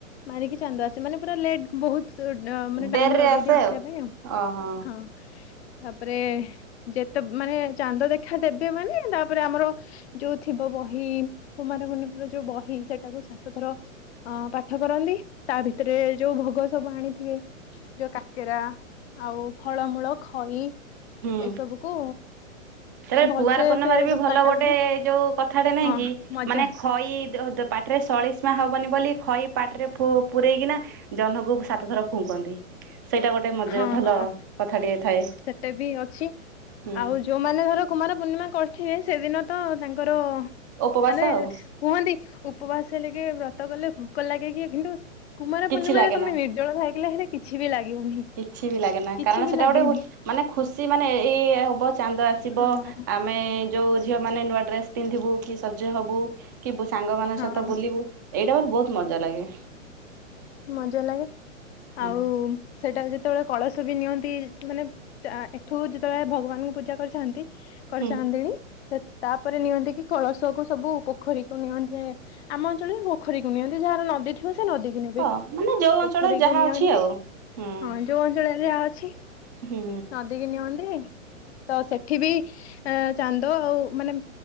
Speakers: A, on the left; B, on the right.
A: ମାରିକି ଚାନ୍ଦ ଆସେ, ମାନେ ପୁରା ଲେଟ୍ ବହୁତ ସୋଉଟ୍ ମାନେ ଟାଇମ
B: ଡେରିରେ
A: ଲଗେଇ
B: ଆସେ
A: ଦିଏ ଆସିବା ପାଇଁ ଆଉ।
B: ଓହୋ
A: ହଁ ତାପରେ ଯେତେ ମାନେ ଚାନ୍ଦ ଦେଖ ଦେଖା ଦେବେ ମାନେ ତାପରେ ଆମର ଯୋଉ ଥିବ ବହି କୁମାରପୂର୍ଣ୍ଣିମାର ଯୋଉ ବହି ସେଟାକୁ ସେ ସେତେଥର ଅ ପାଠ କରନ୍ତି, ତା ଭିତରେ ଯୋଉ ଭୋଗ ସବୁ ଆଣିଥିବେ ଯୋଉ କାକେରା ଆଉ ଫଳମୂଳ, ଖଇ
B: ହୁଁ
A: ଏସବୁକୁ
B: ତାପରେ
A: ଭଲସେ
B: କୁଆଁରପୂର୍ଣ୍ଣିମାରେ
A: ସେ
B: ବି
A: ସବୁ
B: ଭଲ
A: କାଟାକୁଟି
B: ଗୋଟେ ଯୋଉ କଥାଟେ ନାଇଁ
A: ହଁ
B: କି,
A: ମଜା
B: ମାନେ
A: ହୁଏ
B: ଖଇ ଦେ ଦ ପାଟି ପାଟିରେ ସଳୀସ ଚୁଆଁ ହବନି ବୋଲି ଖଇ ପାଟିରେ ଫୁ ପୁରେଇକିନା ଜହ୍ନକୁ ସାତ ଥର ଫୁଙ୍କନ୍ତି। ସେଇଟା ଗୋଟେ ମଜା
A: ହଁ
B: ଭଲ
A: ହଁ।
B: କଥାଟିଏ ଥାଏ
A: ସେଟା ବି ଅଛି,
B: ହୁଁ
A: ଆଉ ଯୋଉମାନଙ୍କର କୁମାରପୂର୍ଣ୍ଣିମା କରିଥିବେ, ସେଦିନ ତ ତାଙ୍କର ମାନେ
B: ଉପବାସ ଆଉ
A: କୁହନ୍ତି ଉପବାସ ହେଲେ କି ବ୍ରତ କଲେ ଭୋକ ଲାଗେ କି କିନ୍ତୁ କୁମାର
B: କିଛି
A: ପୂର୍ଣ୍ଣିମାରେ
B: ଲାଗେନା।
A: ତମେ ନିର୍ଜଳ ଖାଇକି ଲାଗିଲେ କିଛି ବି ଲାଗିବନି।
B: କିଛି ବି ଲାଗେନା
A: କିଛି
B: କାରଣ
A: ବି
B: ସେଟା
A: ଲାଗେନି।
B: ଗୋଟେ ମାନେ ଖୁସି ମାନେ ଏଇ ଏଇ ହବ ଚାନ୍ଦ ଆ ଆସିବ,
A: ହଁ
B: ଆମେ ଯୋଉ ଝିଅମାନେ ନୂଆ ଡ୍ରେସ୍ ପିନ୍ଧିବୁ କି ସଜ ହବୁ କି ସାଙ୍ଗ ମାନଙ୍କ
A: ହଁ
B: ସହିତ ବୁଲିବୁ ଏଇଟା ମୋର ବହୁତ ମଜା ଲାଗେ।
A: ମଜା ଲାଗେ
B: ହୁଁ
A: ଆଉ ସେଟା ଯଦି ଯେତେବେଳେ କଳସ ବି ନିଅନ୍ତି ମାନେ ଏଠୁ ଯେତେବେଳେ ଭଗବାନଙ୍କୁ ପୂଜା କରିଥାନ୍ତି କରି
B: ହୁଁ
A: ସାରନ୍ତିଣି ସେ ତାପରେ ନିଅନ୍ତି କି କଳସକୁ ସବୁ ପୋଖରୀକୁ ନିଅନ୍ତି। ଆମ ଅଞ୍ଚଳରେ ପୋଖରୀକୁ ନିଅନ୍ତି ଯାହାର ନଦୀ ଥିବ ସେ ନଦୀକୁ
B: ହଁ ମାନେ ଯୋଉ
A: ପୋଖରୀକୁ
B: ଅଞ୍ଚଳରେ ଯାହା
A: ନିଅନ୍ତି।
B: ଅଛି ଆଉ ହୁଁ
A: ହଁ ଯୋଉ ଅଞ୍ଚଳ ଯାହା ଅଛି।
B: ହୁଁ
A: ନଦୀ କିି ନିଅନ୍ତି। ତ ସେଠି ବି ଚାନ୍ଦ ଆଉ ମାନେ